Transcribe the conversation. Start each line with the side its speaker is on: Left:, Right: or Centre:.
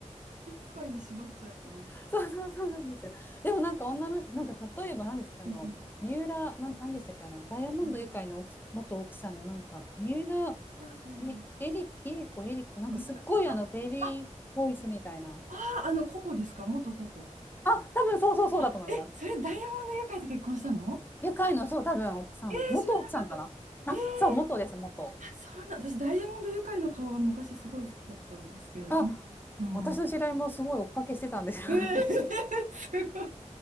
Right: 声に絞っちゃうとね。
Left: <laughs> そうそうそうなんですよ。でもなんか女の人、なんか例えば何ですか、あの、
Right: うんう
Left: 三浦、なん、なんでしたっけ、あの、ダイヤモンドユカイの奥元奥さんのなんか、
Right: んうん。
Left: 三浦、
Right: あ、誰だろう
Left: え、エリ、リエコ、エリコ、なんかすっごいあの、
Right: に
Left: ベイビーボイスみたいな。
Right: あ、あー、あの、ココですか元ココ。
Left: あ、多分そうそうそうだと思います。
Right: あ、え、それダイヤモンドユカイと結婚したの
Left: ユカイの、そう、多分奥さん、
Right: えー、
Left: 元奥さんかな。
Right: 知らなかった。
Left: あ、
Right: えー、あ、
Left: そう、元です、元。
Right: そうなん、私ダイヤモンドユカイの顔が昔すごい好きだったんですけど、
Left: あ、
Right: 今、うん。
Left: 私の知り合いもすごい追っかけしてたんですよ。
Right: えー、
Left: <laughs>
Right: すごい。